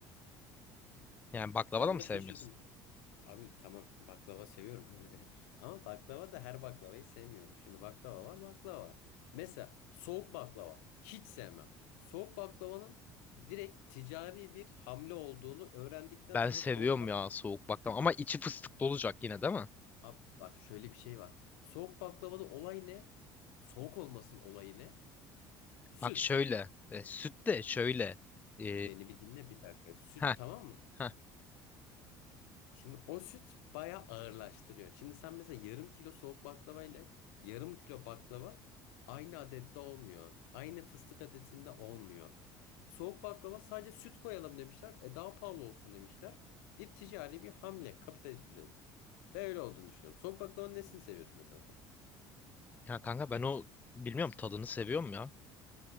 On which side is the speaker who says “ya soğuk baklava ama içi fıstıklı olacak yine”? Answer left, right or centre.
Left